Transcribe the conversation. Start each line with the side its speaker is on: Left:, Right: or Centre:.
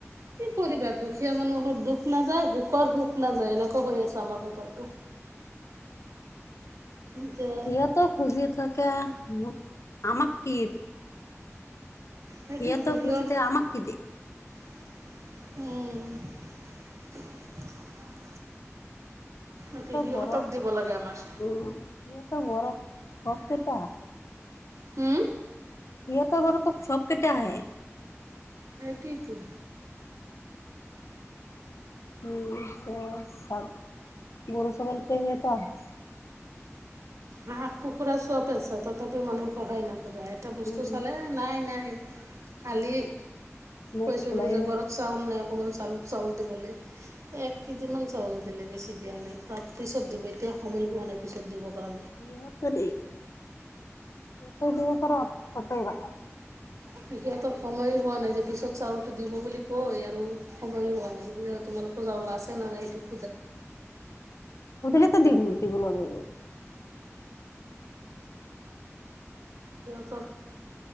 Right: কি কৰিবা দুখীয়া মানুহৰ দুখ নাযায় সুখৰ সুখ নাযায় এনেক হৈ আছো আমাৰ কপালটো এতিয়া
Left: সিহঁতো খুজি থাকে ম আমাক কি
Right: সেইটোতো
Left: সিহতো খুজি
Right: সিহঁত
Left: থাকে আমাক কি দিয়ে
Right: উম
Left: ইহঁতৰ
Right: এতিয়া সিহঁতক
Left: গৰম
Right: দিব লাগে আমাৰ
Left: উ ইহঁতৰ গৰম শ কেইটা
Right: হম
Left: সিহত ঘৰততো সব কেইটা আহে
Right: সেইটোৱেইটো
Left: উম চব গৰু ছাগলী পেং এটা আহে
Right: হাঁহ কুকুৰা চব আছ তথাপিও মানুহ সহায় নাইক এটা বস্তু
Left: উম
Right: চালে নাই নাই কালি
Left: মোক
Right: কৈছিলো
Left: ওলাই
Right: যে ঘৰত চাউল নাই অকমান চাউল চাউল দিবলৈ এক কেজি মান চাউল দিলে বেছি দিয়া নাই পিছত দিব এতিয়া সময় হোৱা নাই পিছত দিবৰ কাৰণে
Left: সিহতৰি যতে দিবস পতাইবা
Right: সিহঁতৰ সময়ো হোৱা নাই যে পিছত চাউলটো দিব বুলি কয় আৰু সময়ো হোৱা নাই এই তোমালোকো যাওলা আছে নাই এইটো
Left: সুধিল তো দি দিব লাগিব
Right: সিহঁতৰ